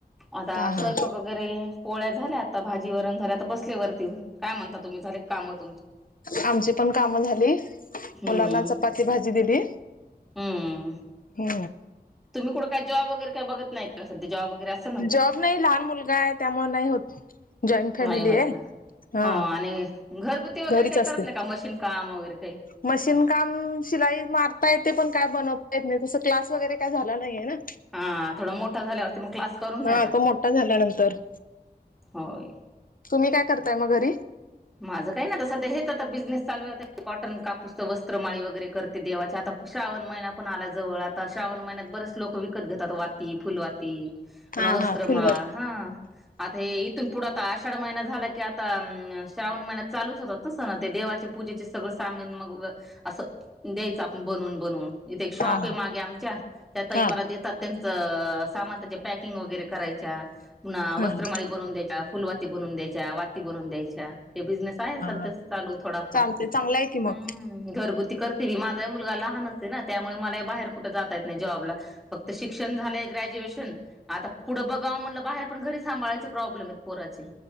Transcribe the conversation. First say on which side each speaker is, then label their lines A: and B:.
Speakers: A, in the centre; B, on the left (about 55°).
A: आता
B: हा
A: स्वयंपाक
B: हा.
A: करे. पोळ्या झाल्या आता. भाजी वरण झाल्या. आता बसले वरती येऊन. काय म्हणता, तुम्ही? झाले काम त
B: आमची पण कामं झाली.
A: हम्म
B: मुलांना चपाती भाजी दिली.
A: हम्म.
B: हो.
A: तुम्ही कुठं, काय? जॉब वगैर का बघत नाही का? सध्या जॉब वगैरे असं.
B: जॉब नाही. लहान मुलगाय. त्यामुळे नाही होत. जॉईंट फॅमिलीय
A: नाही होत का
B: हा.
A: हो आणि घरगुती वगैरे,
B: घरीच
A: काही
B: असते.
A: करत नाही का? मशीन काम वगैरे काही.
B: मशीन काम, शिलाई मारता येते. पण काय बनवता येत नाही. तसं क्लास वगैरे काय झाला नाहीय ना.
A: हा थोडा मोठा झाल्यावरती मग, क्लास करून घ्या
B: हा
A: आता.
B: तो मोठा झाल्यानंतर
A: होय.
B: तुम्ही काय करताय, मग घरी?
A: माझं काही नाय आता, सध्या हेच आता बिझनेस चालूय. कॉटन कापूस तर वस्त्रमाळी वगैरे करते. देवाच्या आता श्रावण महिना पण आला जवळ आता. श्रावण महिन्यात, बरेच लोक विकत घेतात वाती, फुलवाती.
B: हा
A: पुन्हा वस्त्रमाळ.
B: हा फुलबाती
A: हा. आता हे इथून पुढ, आषाढ महिना झाला की, आता श्रावण महिन्यात चालूच होतात ना सण. ते देवाचे, पूजेचे सगळं सामन मग ऊग, असं द्यायच आपण बनवून बनवून. इथे एक शॉपय,
B: हा हा
A: मागे आमच्या. त्या ताई
B: हा
A: मला
B: हा
A: देतात, त्यां चं सामान त्याच्या पॅकिंग वगैरे करायचा. पुन्हा वस्ञमाळी
B: हा
A: बनवून द्यायच्या. फुलवाती बनवून द्यायच्या. वाती बनवून द्यायच्या. हे बिझनेस आहे, सध्या
B: हा.
A: चालू थोडाफार.
B: चालते चांगलं आहे की मग.
A: हम्. घरगुती करते मी. माझा ही मुलगा लहानचय ना. त्यामुळे मला बाहेर कुठे जाता येत नाही जॉबला. फक्त शिक्षण झालय ग्रॅज्युएशन. आता पुढं बघाव म्हणलं बाहेर. पण घरी सांभाळायचे प्रॉब्लेमत पोराचे.